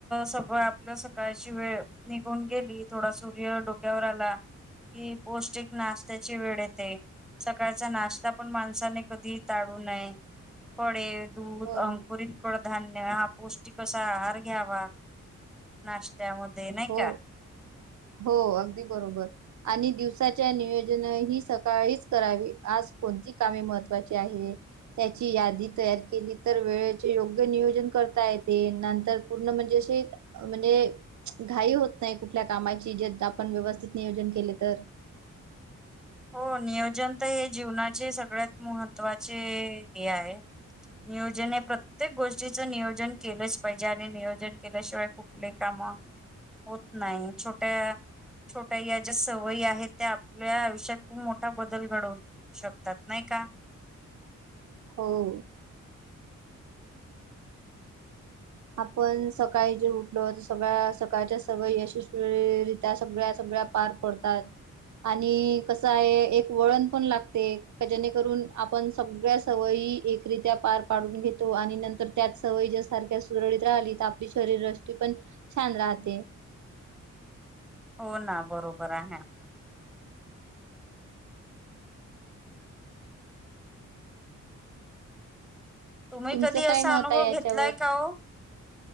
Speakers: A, in the centre; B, on the right.
A: सगळं आपलं सकाळची वेळ निघून गेली थोडा सूर्य डोक्यावर आला. कि पौष्टिक नाश्त्याची वेळ येते सकाळचा नाश्ता पण माणसाने. कधी टाडू नये फडे दूध
B: हो
A: अंकुरीत. कडधान्य हा पौष्टिक असा आहार घ्यावा नाश्त्यामध्ये नाही
B: हो
A: का.
B: हो अगदी बरोबर. आणि दिवसाच्या नियोजन ही सकाळीच करावी आज कोणती कामे महत्त्वाची आहे. त्याची यादी तयार केली तर वेळेचे योग्य नियोजन करता येते नंतर. पूर्ण म्हणजे अशी म्हणजे. घाई होत नाही कुठल्या कामाची जे आपण व्यवस्थित नियोजन केले तर.
A: हो नियोजन तर हे जीवनाचे सगळ्यात महत्त्वाचे हे आहे. नियोजन हे प्रत्येक गोष्टीचं नियोजन केलंच पाहिजे आणि नियोजन केल्याशिवाय. कुटले काम. होत नाही छोट्या छोट्या या ज्या सवयी आहेत त्या आपल्या आयुष्यात. खूप मोठा बदल घडवू शकतात नाही का.
B: हो. आपण सकाळी जर उठलो तर सगळ्या सकाळच्या सवय यशस्वीरत्या सगळ्या सगळ्या. पार पडतात. आणि कसं आहे एक वळण पण लागते जेणेकरून आपण सगळ्या. सवयी एकरीित्या पार पाडून घेतो आणि नंतर त्याच सवयीच्या्या सारख्या. सुरळीत राहिली तर आपली शरीरृष्टी पण छान राहते.
A: हो ना बरोबर आहे. तुम्ही
B: तुमचं
A: कधी
B: काय
A: असा
B: मत
A: अनुभव
B: आहे याच्यावर
A: घेतलाय का ओ